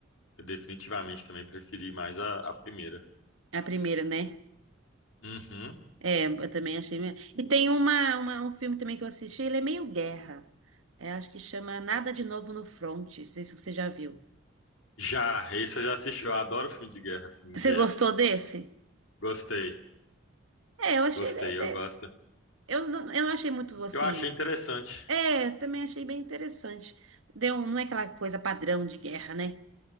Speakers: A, on the left; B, on the right.
A: eu definitivamente também preferi mais a, a primeira.
B: A primeira, né?
A: Uhum.
B: É, eu também achei. meio- E tem uma, uma- um filme também que eu assisti, ele é meio guerra. É, acho que chama Nada de Novo no Front, não sei se você já viu.
A: Já, esse eu já assisti. Eu adoro filme de guerra, assim,
B: Você
A: de
B: gostou
A: época.
B: desse?
A: Gostei,
B: É, eu achei
A: gostei,
B: ele até.
A: eu gosto.
B: Eu não, eu não achei muito assim.
A: Eu achei interessante.
B: É, também achei bem interessante. Deu, um, não é aquela coisa padrão de guerra, né?